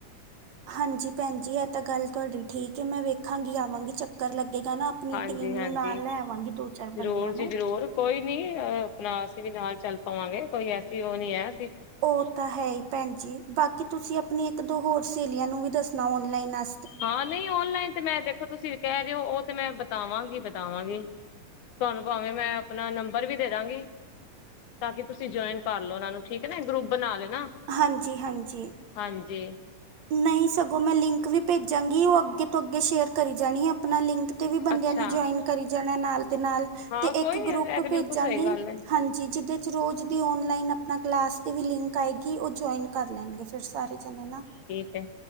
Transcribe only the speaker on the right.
ਹਾਂਜੀ ਭੈਣਜੀ, ਇਹ ਤਾਂ ਗੱਲ ਤੁਹਾਡੀ ਠੀਕ ਐ, ਮੈਂ ਵੇਖ ਰੱਖਾਂਗੀ ਆਵਾਂਗੀ ਚੱਕਰ ਲਗਾਵਾਂਗੀ ਲੱਗਾ ਨਾ, ਆਪਣੀ
ਟੀਮ ਨੂੰ ਨਾਲ ਲੈਵਾਂਗੀ, ਦੋ ਚਾਰ
ਬੰਦਿਆਂ ਨੂੰ।
ਉਹ ਤਾਂ ਹੈ ਈ, ਭੈਣ ਜੀ, ਬਾਕੀ ਤੁਸੀਂ ਆਪਣੀ ਇੱਕ ਦੋ ਹੋਰ ਸਹੇਲੀਆਂ ਨੂੰ ਵੀ ਦੱਸਣਾ, ਔਨਲਾਈਨਾਂ
ਹਾਂਜੀ ਹਾਂਜੀ
ਨਹੀਂ ਸਗੋਂ, ਮੈਂ ਲਿੰਕ ਵੀ ਭੇਜਾਂਗੀ, ਉਹ ਅੱਗੇ ਤੋਂ ਅੱਗੇ ਸ਼ੇਅਰ ਕਰ ਜਾਣੀ ਐ, ਆਪਣਾ ਲਿੰਕ ਤੇ ਵੀ ਬੰਦਿਆਂ
ਨੇ ਜੁਆਇਨ ਕਰੀ ਜਾਣਾ, ਨਾਲ ਦੇ ਨਾਲ
ਤੇ
ਇੱਕ
ਗਰੁੱਪ
ਭੇਜਾਂਗੀ,
ਹਾਂਜੀ ਜਿਹਦੇ ਚ ਰੋਜ਼ ਦੀ ਔਨਲਾਈਨ ਆ ਆਪਣਾ ਕਲਾਸ ਦੀ ਵੀ ਲਿੰਕ ਆਏਗੀ, ਉਹ ਜੁਆਇਨ ਕਰ ਲੈਣਗੇ ਫ ਫਿਰ ਸਾਰੇ ਜਾਣੇ ਨਾ।